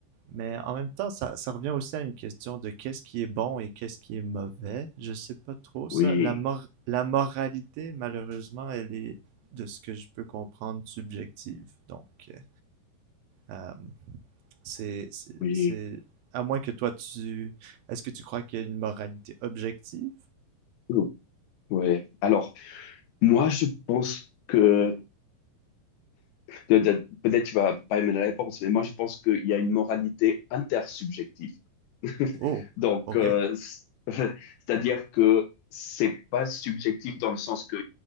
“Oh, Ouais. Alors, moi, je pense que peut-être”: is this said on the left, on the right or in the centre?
Left